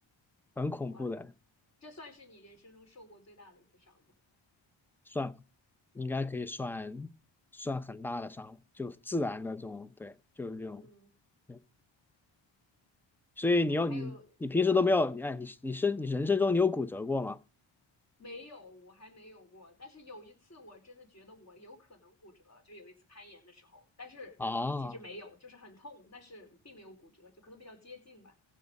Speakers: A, in the centre; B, on the left (about 35°).
A: 很恐怖的，
B: 哇塞，这算是你人生中受过最大的一次伤吗？
A: 算吧应该可以算算很大的伤，就自然的这种，对，就是这种，
B: 嗯，
A: 对所以你要你你平时都没有，
B: 那你还有啊？
A: 你哎，你你生你人生中你有骨折过吗？
B: 没有，我还没有过。但是有一次，我真的觉得我有可能骨折了，就有一次攀岩的时候，但是其实没有，
A: 啊，
B: 就是很痛，但是并没有骨折，就可能比较接近吧。